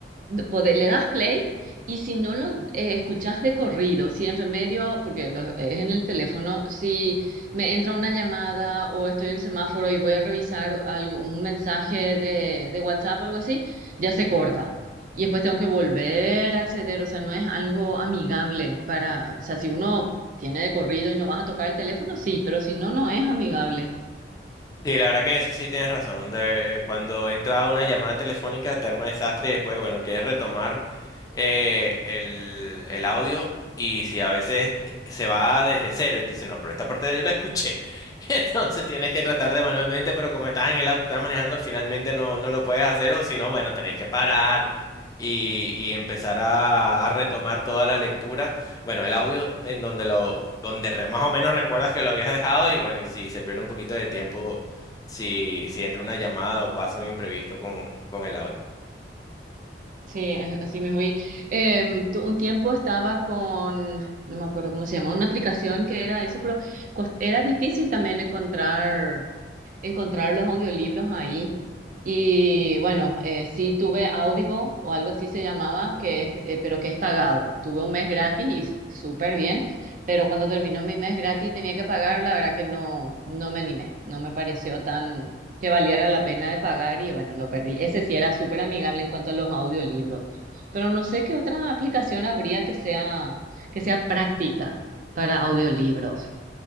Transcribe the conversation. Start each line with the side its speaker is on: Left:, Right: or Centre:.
Right: pode- le das play y si no lo eh, escuchas de corrido, si en remedio, porque lo- es en el teléfono, si me entra una llamada o estoy en semáforo y voy a revisar algo, un mensaje de, de WhatsApp o algo así, ya se corta. Y después tengo que volver a acceder, o sea, no es algo amigable para, o sea, si uno tiene de corrido y no vas a tocar el teléfono, sí, pero si no, no es amigable.
Left: Sí, la verdad que eso sí tienes razón. de- eh, cuando entra una llamada telefónica te arma desastre y después, bueno, quieres retomar. eh, el, el audio y si a veces se va desde cero y te dicen, no, pero esta parte yo la escuché. <laughs> Entonces tienes que tratar de manualmente, pero como estás en el auto, estás manejando, finalmente no, no lo puedes hacer o si no, bueno, tenés que parar y, y empezar a, a retomar toda la lectura. Bueno, el audio en donde lo, donde re- más o menos recuerdas que lo habías dejado y bueno, y si se pierde un poquito de tiempo, si, si entra una llamada o pasa un imprevisto con, con el audio.
Right: Sí, es así mismo. Y em, tu- un tiempo estaba con, no me acuerdo cómo se llama, una aplicación que era eso, pero cos- era difícil también encontrar encontrar los audiolibros ahí. Y bueno, eh, sí tuve Audible o algo así se llamaba, que es, eh, pero que es pagado. Tuve un mes gratis y s- súper bien, pero cuando terminó mi mes gratis y tenía que pagar, la verdad que no, no me animé, no me pareció tan que valiera la pena de pagar y bueno, lo perdí. Ese sí era súper amigable en cuanto a los audiolibros, pero no sé qué otra aplicación habría que sea, que sea práctica para audiolibros.